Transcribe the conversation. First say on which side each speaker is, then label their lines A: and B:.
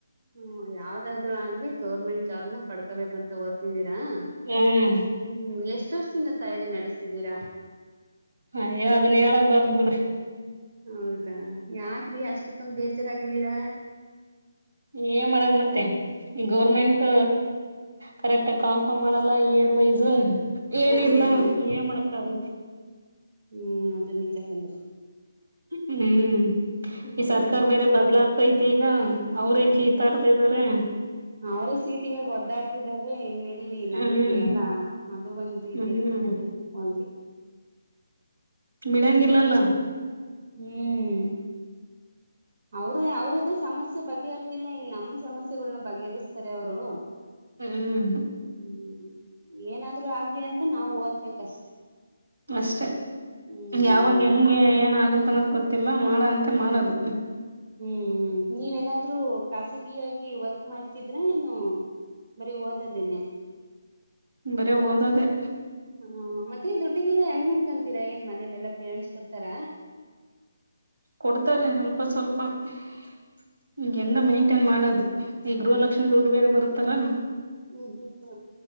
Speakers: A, on the right; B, on the right.
A: ಹ್ಮ ಯಾವ್ದಾದ್ರು ಆಗ್ಲಿ ಗೌರ್ಮೆಂಟ್ ಜಾಬ್ನ ಪಡ್ಕೋಬೇಕಂತ ಓದ್ತ <unintelligible> <unintelligible>
B: ಹ್ಮ್
A: ಹ್ಮ್ ಎಷ್ಟೋಷ್ಟ ದಿನ ತಯಾರಿ ನಡೆಸ್ತಿದ್ದೀರಾ
B: ಹಯ ಅದನ್ನ ಹೇಳದ್ ಬರ್ದ್ ಬಿಡ್ರಿ
A: ಹೌದಾ ಯಾಕ್ರೀ ಅಷ್ಟಕ್ಕೊಂದು ಬೇಜಾರಾಗಿದ್ದೀರಾ
B: ಏನ್ ಮಾಡದ್ ಮತ್ತೆ ಈ ಗೌರ್ಮೆಂಟ್ ಕರೆಕ್ಟ್ ಕಾಲ್ಫಾರ್ಮ್ ಮಾಡಲ್ಲ ಇಯರ್ ವೈಸ್ ಏನಿಲ್ಲ
A: ಹ್ಮ್
B: ಏ ಮಾಡಕ್ಕ ಆಗತ್ತೆ
A: ಹ್ಮ್ ಹ್ಮ್ ಅದು ನಿಜ ಕಣ್ರಿ
B: ಹ್ಮ್
A: ಹ್ಮ್
B: ಈ ಸರ್ಕಾರ ಬೇರೆ ಬದಲ <unintelligible> ತಿ ಈಗ ಅವ್ರ
A: ಹ್ಮ್
B: ಕೀತಾಡ್ತಾ ಇದ್ದಾರೆ
A: ಅವ್ರೇ ಸೀಟಿಗ ಒದ್ದಾಡ್ತಿದಾರ ಇನ್ನೆಲ್ಲಿ ನಮಗೆ
B: ಹ್ಮ್
A: ಅಲ್ಲಾ ಅದು ಒಂದು
B: ಹ್ಮ್
A: ಇದೆ ಬಿ <unintelligible> ಹಾಗೆ <unintelligible> <unintelligible>
B: ಬಿಡಂಗಿಲ್ಲಲ್ಲ
A: ಏನು ಹ್ಮ್ ಅವ್ರ ಅವ್ರದ್ದೇ ಸಮಸ್ಯೆ ಬಗೆಹರ್ದಿಲ್ಲ ಇನ್ನು ನಮ್ಮ ಸಮಸ್ಯೆಗಳ್ನ್ನ ಬಗೆಹರಿಸ್ತಾರೆ ಅವರು
B: ಹ್ಮ್
A: ಹ್ಮ್ ಏನಾದ್ರು ಆಗಿಲಿ ಅಂತ ನಾವು ಓದ್ಬೇಕಷ್ಟೇ
B: ಅಷ್ಟೆ
A: ಹ್ಮ್
B: ಯಾವಾಗ ಹೆಂಗೆ ಏನ ಆಗುತ್ತನ್ನೋದು ಗೊತ್ತಿಲ್ಲ ಎಲ್ಲ ಮಾಡಂತೆ
A: ಹ್ಮ್
B: ಮಾಡದು
A: ಹ್ಮ್ ನೀವೆಲ್ಲಾದ್ರೂ ಖಾಸಗಿಯಾಗಿ ವರ್ಕ್ ಮಾಡ್ತಿದ್ರ ಏನು ಬರೀ ಓದದಿನನೆ
B: ಬರೇ ಓದೋದೇ
A: ಹಾ ಮತ್ತೆ ದುಡ್ಡಿಗೆಲ್ಲಾ ಹೆಂಗ್ ಮಾಡ್ಕೊಂತೀರಾ ಏನ್ ಮನೇಲೆ ಎಲ್ಲಾ ಪೇರೆಂಟ್ಸ್ ಕೊಡ್ತಾರ
B: ಕೊಡ್ತಾರೆ ಅಲ್ಪ ಸ್ವಲ್ಪ ಹ ಹೆಂಗ ಮೇಂಟೇನ್ ಮಾಡೋದು ಈ ಗೃಹಲಕ್ಷ್ಮಿ ದುಡ್ಡು ಬೇರೆ ಬರುತ್ತಲ್ಲಾ
A: ಹ್ಮ್ ಹ್ಮ್